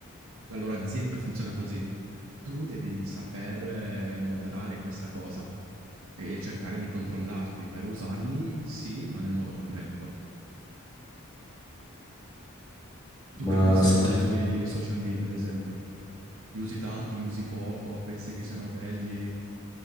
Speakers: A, on the right; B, on the left.
A: la loro azienda funziona così. Tu devi saper eh, moderare questa cosa e cercare di controllarti per usarli, sì, ma nel modo corretto. Tu
B: Ma
A: che pensiero
B: se ti-
A: hai sui social media, ad esempio? Li usi tanto, li usi poco, pensi che siano belli.